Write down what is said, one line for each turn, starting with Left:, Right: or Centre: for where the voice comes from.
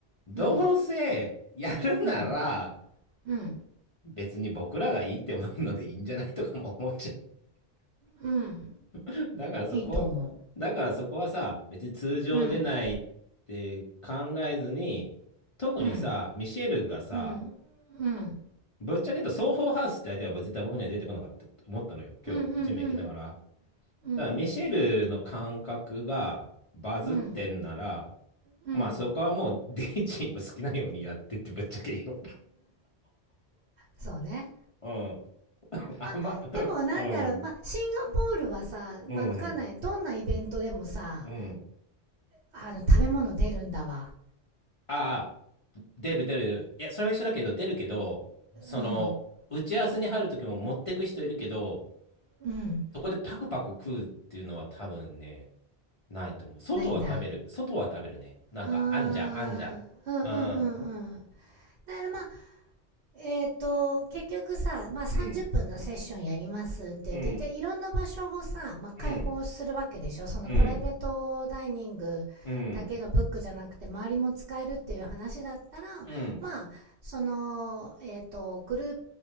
Left: どうせやるなら、
Right: うん、うん、うん、
Left: 別に僕らがいいって思うのでいいんじゃないとかも思っちゃ
Right: うん。
Left: う。<laughs> だからそこ、
Right: いいと思
Left: だからそこはさ、別に通常出ないって考えずに、
Right: う。うん、
Left: 特にさ、
Right: うん、
Left: ミシェルがさ、
Right: うん、うん。
Left: ぶっちゃけ言うとソーホーハウスって相手は絶対僕には出てこなかったと思ったのよ、
Right: うん、
Left: 今日、
Right: うん、うん、うん、
Left: ジム行きながら。
Right: う
Left: だか
Right: ん、
Left: らミシェルの感覚がバズってんなら、
Right: うん、うん、うん。
Left: まあそこはもうデイジーの好きなようにやってってぶっちゃけ言うよ。
Right: そうね。
Left: うん。あんま、
Right: まあ、でもなんだろう、
Left: うん。
Right: まあ、シンガポールはさ、
Left: うん。
Right: まあ、わかんない。どんなイベントでもさ、
Left: うん。
Right: あの、食べ物出るんだわ。
Left: ああ、出る出る出る。いや、それは一緒だけど、出るけど、その、
Right: うん、
Left: 打ち合わせに入るときも持ってく人いるけど、
Right: うん。
Left: そこでパクパク食うっていうのは多分ね、ないと思う。外は食べる。
Right: ないんだ。
Left: 外は食べるね。なんか、
Right: あー、
Left: あんじゃん、あんじゃん。
Right: うん、
Left: あ
Right: うん、うん、うん。だからまあ、えっと、結局さ、まあ、30分のセッションやりますって言って、
Left: ーうん、うん、
Right: で、いろんな場所をさ、まあ、開放するわけでしょそのプライベートダイニングだけのブックじゃなくて、
Left: うん、うん、うん、
Right: 周りも使えるっていう話だったら、
Left: うん、うん、
Right: まあ、その、えっ、と、グルー